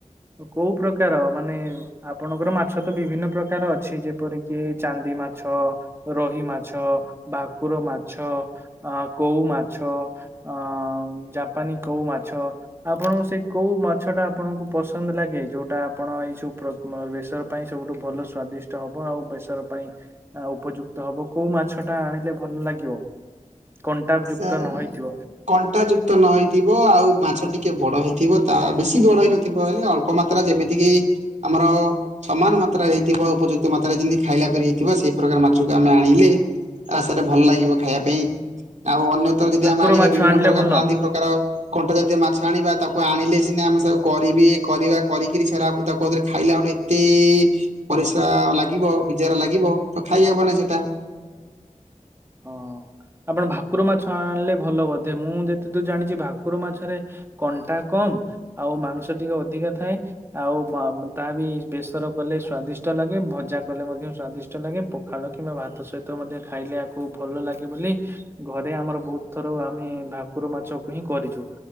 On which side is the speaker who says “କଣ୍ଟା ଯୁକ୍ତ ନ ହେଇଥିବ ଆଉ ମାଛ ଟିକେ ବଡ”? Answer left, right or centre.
Right